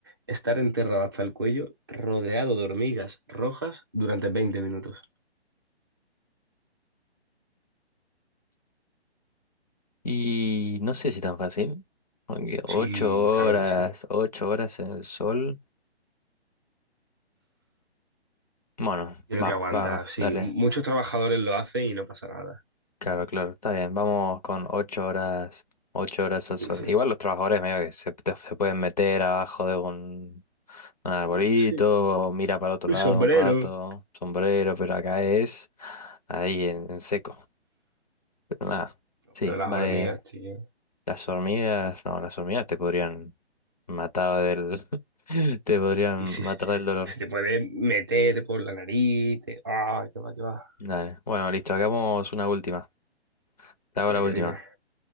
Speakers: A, on the right; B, on the left.
A: estar enterrado hasta el cuello rodeado de hormigas rojas durante 20 minutos.
B: Y no sé si tan fácil, porque ocho
A: Sí,
B: horas,
A: claro que sí. Yo
B: ocho horas en el sol. Bueno,
A: creo
B: va,
A: que aguanta,
B: va, va,
A: sí.
B: dale.
A: Muchos trabajadores lo hacen y no pasa nada.
B: Claro, claro, está bien. Vamos con ocho horas, ocho horas al
A: Sí,
B: sol.
A: sí.
B: Igual los trabajadores medio que se, te- se pueden meter abajo de un, un arbolito,
A: Sí,
B: o mira para otro
A: un
B: lado
A: sombrero.
B: un rato, sombrero, pero acá es ahí en, en seco. Pero nada, sí,
A: Pero las
B: va.
A: hormigas,
B: eh,
A: tío.
B: Las hormigas, no, las hormigas te podrían matar del... <laughs> te podrían
A: Y si,
B: matar del dolor.
A: si te puedes meter por la nariz, te... ¡Ah, qué va, qué va!
B: Dale. Bueno, listo, hagamos una última. Te hago
A: Venga,
B: la última.
A: dime.